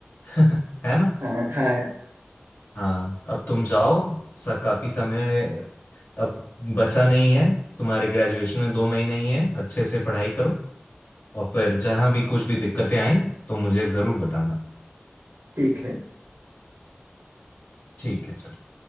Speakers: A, on the left; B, on the right.
A: <laughs> है ना
B: हाँ हाँ यार
A: हाँ अब तुम जाओ सा काफी समय अब बचा नहीं है तुम्हारे ग्रेजुएशन में दो महीने ही है अच्छे से पढ़ाई करो और फिर जहाँ भी कुछ भी दिक्कतें आए तो मुझे जरूर बताना
B: ठीक है
A: ठीक है चलो